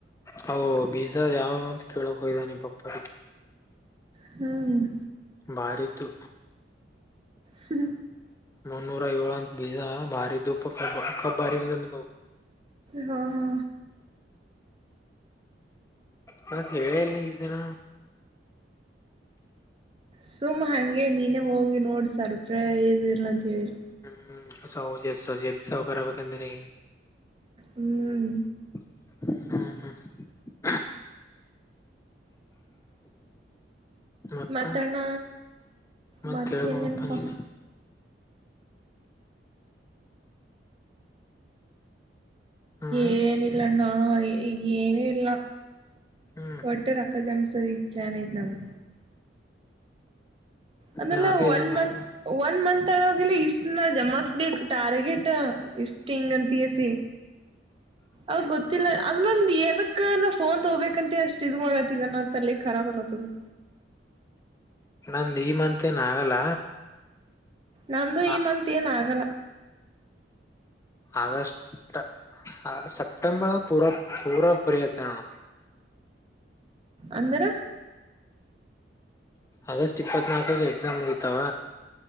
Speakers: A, on the left; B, on the right.
A: ಹ ಬೀಜಾರ್ ಯಾವ ಯಾವ್ ಅಂತ ಕೇಳಕ್ ಹೋಗಿದ್ ನಿನ್ ಪಪ್ಪ
B: ಹ್ಮ್
A: ಮಾಡಿತು
B: ಹ್ಮ
A: ಮುನ್ನೂರ ಏಳು ಅಂತ ಬೀಜ ಮಾರಿದ್ <unintelligible>
B: ಹಾ ಹಾ
A: ಮತ್ ಹೇಳೇ ಇಲ್ ನಿ ಇಸ್ ದಿನ
B: ಸುಮ್ಮ್ ಹಂಗೆ ನೀನೇ ಹೋಗಿ ನೋಡ್ ಸರ್ಪ್ರೈಸ್ ಇರ್ಲಂತ ಹೇಳಿ
A: ಹ್ಮ ಸೌಜೇ ಸಜೆಲ್ ಸೌಕರ ಆಗಬೇಕ್ ಅಂದಿರಿ.
B: ಹ್ಮ್
A: ಹ್ಮ ಹಾ ಮತ್ತ
B: ಮತ್ತಣ್ಣ
A: ಮತ್
B: ಮತ್ತೇನ
A: ಹೇಳ್ಬೇಕಪ್ಪ
B: ಇಲ್ಲಪ್ಪ.
A: ನೀನೆ ಹ್ಮ್
B: ಏನಿಲ್ಲ ಅಣ್ಣಾ ಏ ಏನು ಇಲ್ಲ.
A: ಹ್ಮ್
B: ಒಟ್ಟೆ ರಕ್ಕ ಜಮಸದೀಗ್ ಗ್ಯಾನ್ ಐತ್ ನಂದ. ಅಂದ್ರಲ್ಲ
A: ನಾ ಬಿ ಅದೇ
B: ಒನ್
A: ಮಾಡದು
B: ಮಂತ್ ಒನ್ ಮಂತ್. ಟಗಿಲ್ಲ ಇಷ್ಟ ನಾ ಜಮಾಸ್ ಬೇಕ್ ಟಾರ್ಗೆಟ್ ಇಷ್ಟ್ ಹಿಂಗ್ ಅಂತಗೆಸಿ.
A: <inaudible>
B: ಅ ಗೊತ್ತಿಲ್ಲ ಅದೊಂದ ಏದಕ್ ನಾ ಫೋನ್ ತಗೋಬೇಕಂತ ಅಷ್ಟ್ ಇದು ಮಾಡತ್ತಿದ ನಾ ತಲೆ ಖರಾಬ್ ಅಲತ್ತದ. ಹ್ಮ
A: ನಂದ ಈ ಮಂತೇನ್ ಆಗಲ್ಲ.
B: ನಂದು
A: ನಾ
B: ಈ ಮಂತ್ ಏನ್ ಆಗಲ್ಲ.
A: ಅಗಷ್ಟ ಅ ಸೆಪ್ಟೆಂಬರ್ ಪುರ ಪುರ ಫ್ರೀ ಆತಾ ನೋಡು.
B: ಅಂದರ.
A: August ಇಪ್ಪತ್ನಾಲ್ಕಕ್ exam ಐತಾವ.